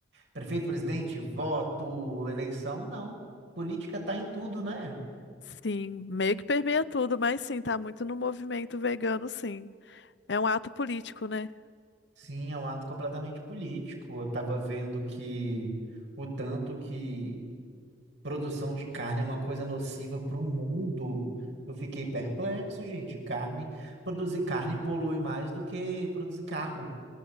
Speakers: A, on the right; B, on the left.
A: prefeito, presidente, voto, eleição, não. Política tá em tudo, né?
B: Sim, meio que permeia tudo, mas sim, tá muito no movimento vegano, sim. É um ato político, né?
A: Sim, é um ato completamente político. Eu estava vendo que o tanto que produção de carne é uma coisa nociva para o mundo. Eu fiquei perplexo, gente. Carne, produzir carne polui mais do que produzir carro.